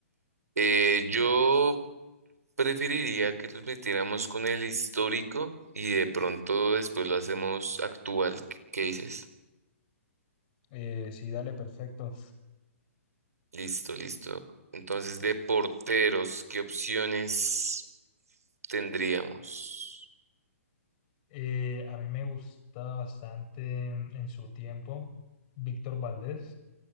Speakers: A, on the right; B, on the left.
A: Eh, yo preferiría que nos metiéramos con el histórico y de pronto después lo hacemos actual. ¿Qué qué dices?
B: Eh, sí, dale, perfecto.
A: Listo, listo. Entonces, de porteros, ¿qué opciones tendríamos?
B: Eh, a mí me gusta bastante en, en su tiempo Víctor Valdés,